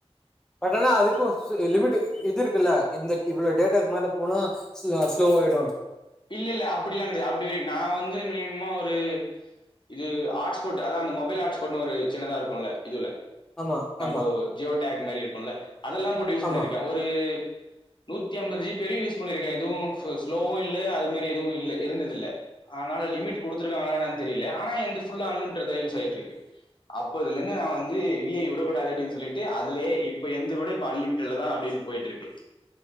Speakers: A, in the centre; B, on the left (about 50°).
A: பட் ஆனா அதுக்கு சு லிமிட் இது இருக்குல்ல இந்த இவ்ள டேட்டாக்கு மேல போனா ஸ் ஸ்லோ ஆயிடு
B: இல்லில்ல அப்டெல்லா கெடையா அப்டி வரி நா வந்து மினிமமா ஒரு இது ஆட்ஸ்போட் அதா அந்த மொபைல் ஆட்ஸ்போட்னு ஒரு சின்னதா இருக்குல்ல இதுல
A: ஆமா
B: நம்போ
A: ஆமா
B: ஜியோ டேக் மாரி இருக்குல்ல அதெல்லாம் போட்டு யூஸ் பண்ணிருக்கே
A: ஆமா
B: ஒரு நூத்தி அம்பது ஜி பி வரிகு யூஸ் பண்ணிருக்கே எதுவு ஃவு ஸ்லோவு இல் ல்ல அது மாரி எதுவு இல்ல இருந்ததில்ல ஆனால லிமிட்டு குடுத்திருக்காங்களா என்னன் தெரில ஆனா என்து ஃபுல்லா அன்லிமிடெட் தா யூஸ் ஆயிட்டுருக்கு அப்பதுலந்து நா வந்து வி ஐ விடக்கூடாது அப்டின் சொல்லிட்டு அதுலயே இப்ப என்து கூட இப்ப அன்லிமிடெட்ல தா அப்டின் போயிட்டு இருக்கு.